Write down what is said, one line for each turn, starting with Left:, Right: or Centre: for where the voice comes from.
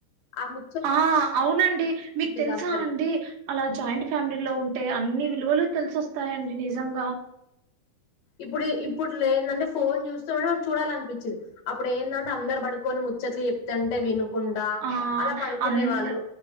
Left: ఆ ము
Right: ఆ అవునండి మీకు తెలుసా
Left: అందరికి
Right: అండి అలా జాయింట్ ఫ్యామిలీ లో ఉంటే అన్ని విలువలు తెలిసొస్తాయండి నిజంగా
Left: ఇప్పుడు ఇప్పుడు లేంటంటే ఫోన్ చూస్తూ ఉంటే చూడాల అనిపించది అప్పుడు ఎందంటే అందరు పడుకొని ముచ్చట్లు చెప్తంటే వినుకుంటా
Right: ఆ
Left: అలా పడుకునే
Right: అంద
Left: వాళ్ళు